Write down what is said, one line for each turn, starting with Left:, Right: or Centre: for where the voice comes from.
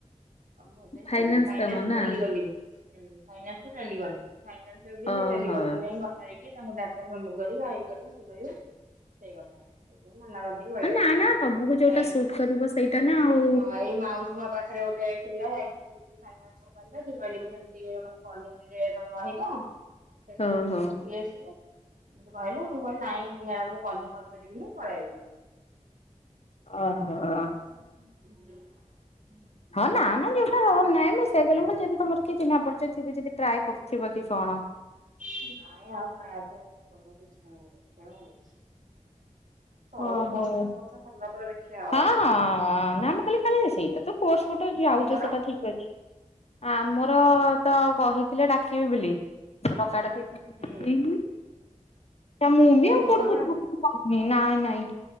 Right: କାମ ସେଇଥି ପାଇଁ
Left: ଫାଇନାନ୍ସ
Right: ଛାଡିଦେଲି ଫାଇନାସ
Left: କାମ
Right: କୁ
Left: ନା
Right: ଚାଲିଗଲି ହୁଁ ଫାଇନାସ ଚାଲିଗଲି ଯେ ଫାଇନାସ ଏମିତି
Left: ଓହୋ।
Right: କି ଟେଲିକଲିଙ୍ଗ ପାଇଁ କଥା ହେଇକି ତାଙ୍କ ଡାଟା ସମିଟ କରି ଇଏ କହିବ ସିଏ କହିବା ସେଇ କଥା ସେଇଥିପାଇଁ ମନା କରିଦେ ଦେଇ ପଳେଇ ଆଇଲି
Left: ନା ନା ତମକୁ ଯୋଉଟା
Right: ଯାଇଚି
Left: ସୁଟ୍ କରିବ ସେଇଟା ନା ଆଉ
Right: ହଁ ଏଇ ମାଉସି ମା ପାଖରେ ଗୋଟେ <unintelligible> <unintelligible> ରହିବ। <unintelligible>
Left: ଓହୋ
Right: ଇଏ ସିଏ। ମତେ କହିଲା ମୁଁ କହିଲି ନାହିଁ ମ୍ୟାମ୍ ମୁଁ କାଲି କରିପାରିବିନି ପଳେଇ ଅଇଲି। <unintelligible>
Left: ଓହୋ। ହଁ ନାଁ ନାଁ ଯିମ ଓମ୍ ନାଇଁ ମୁଁ ସେଇଆ କହିଲି ମୁଁ କହିଲି ଯଦି ତମର କିଏ ଚିହ୍ନା ପରିଚୟ ଥିବେ ଯଦି ଟ୍ରାଏ କରିଥିବ କି କଣ।
Right: ନାଇଁ ଆଉ ଟ୍ରାଏ ପାଏ କିଛି କରିବାକୁ ଇ <unintelligible> ସରୁ
Left: ଓହୋ।
Right: କଷ୍ଟା କଷ୍ଟା ସରିଲା ପରେ ଦେଖିବା ଆଉ
Left: ହଁ ହଁ ନାଁ ମୁଁ କହିଲି କାଳେ ସେଇଟା ତ କୋର୍ସ ଗୋଟେ ଯାଉଛ
Right: ତମର
Left: ସେଟା ଠିକ୍ ଅଛି। ଆମର ତ କହିଥିଲେ ଡାକିବେ ବୋଲି ଡକା ଡ <unintelligible>
Right: ହୁଁ।
Left: ତ ମୁଁ
Right: ଦେଖିଆ
Left: ବି ଆଉ
Right: ଫୋନ
Left: କୁଆଡୁ
Right: କରିନାହାନ୍ତି?
Left: କିଛି <unintelligible> ନାଇଁ ନାଇଁ